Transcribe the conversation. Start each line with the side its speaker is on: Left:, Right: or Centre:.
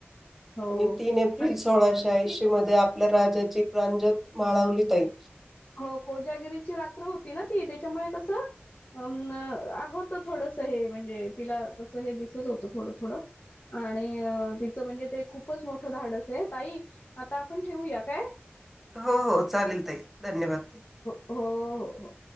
Left: हो
Centre: आणि तीन एप्रिल
Left: आणि
Centre: सोळाशे ऐंशी मध्ये आपल्या राजाची प्रांजत माळवली जाईल
Left: हो कोजागिरीची रात्र होती ना ती त्याच्यामुळे कसं अम न होत थोडस हे म्हणजे हे तीला तस हे दिसत होत थोड थोडं आणि तिचं म्हणजे ते खूपच मोठं धाडस आहे ताई आता आपण ठेवूया काय
Centre: हो-हो चालेल ताई धन्यवाद
Left: हो-हो-हो